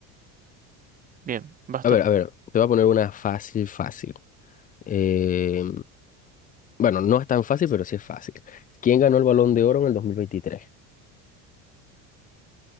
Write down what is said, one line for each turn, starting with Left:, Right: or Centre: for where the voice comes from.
Right: Bien, vas
Left: A
Right: tú.
Left: ver, a ver, te voy a poner una fácil, fácil. Eh, bueno, no es tan fácil, pero sí es fácil. ¿Quién ganó el Balón de Oro en el 2023?